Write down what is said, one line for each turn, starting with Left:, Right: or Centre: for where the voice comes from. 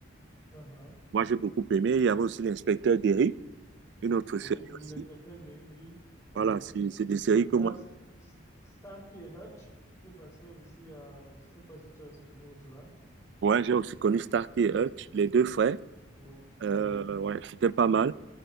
Left: uh-huh,
Right: Moi, j'ai beaucoup aimé. Il y avait aussi l'inspecteur Derry, une autre
Left: oui,
Right: série
Left: oui,
Right: aussi.
Left: l'inspecteur Derry, oui. uh-huh.
Right: Voilà, c'est c'est des séries que
Left: Il y
Right: moi.
Left: a S- S- Starkey et Hutch qui passaient aussi à, je sais pas si tu as aussi connu l'autre là.
Right: Ouais, j'ai aussi connu Stark et Hutch, les deux frères.
Left: Ah ouais,
Right: Euh,
Left: oui.
Right: ouais, c'était pas mal.